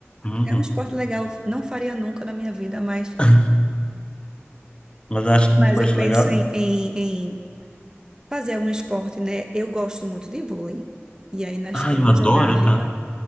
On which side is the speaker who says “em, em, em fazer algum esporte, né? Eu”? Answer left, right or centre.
Right